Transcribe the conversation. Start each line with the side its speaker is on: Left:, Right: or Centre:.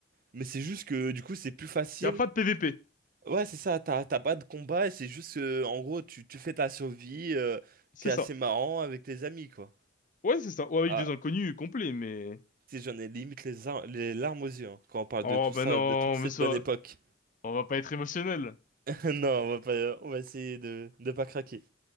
Right: mais c'est juste que du coup, c'est plus facile.
Left: Y a pas de PVP,
Right: Ouais, c'est ça, t'as t'as pas de combat, et c'est juste que, en gros, tu, tu fais ta survie, euh,
Left: c'est
Right: qui est assez
Left: ça.
Right: marrant avec tes amis, quoi.
Left: Ouais, c'est ça. Ou avec
Right: Ah,
Left: des inconnus complets, mais...
Right: Si j'en ai limite les, ar- les larmes aux yeux hein, quand on parle
Left: Oh,
Right: de tout ça,
Left: bah non,
Right: de toute cette
Left: mais ça...
Right: bonne époque.
Left: On va pas être émotionnel.
Right: <laughs> Non, on va pas, on va essayer de ne pas craquer.